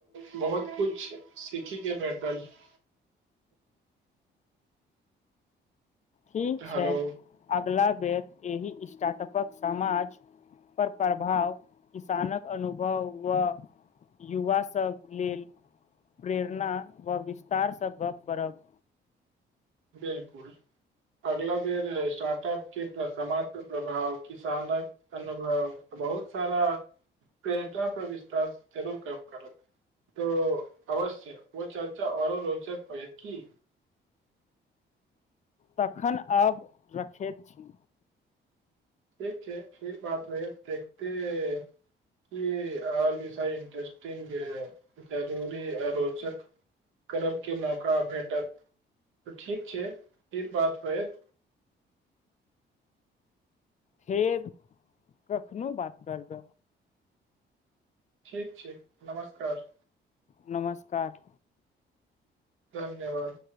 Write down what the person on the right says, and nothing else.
बहुत कुछ सिखी के भेट <unintelligible>
हेलो
बिलकुल। अगिला बेर स्टार्टअप के समाज पर प्रभाव, किसानक अनुभव, बहुत सारा प्रेरणा पर विश्वास जरूर कर करत, त अवश्य ओ चर्चा औरो रोचक होएत कि।
ठीक छै फिर बात होएत, <unintelligible> कि आर विषय इंटरेस्टिंग होयत, जरूरी आ रोचक। करक के मौका भेटत, त ठीक छै फिर बात होयत।
ठीक छै, नमस्कार।
धन्यवाद।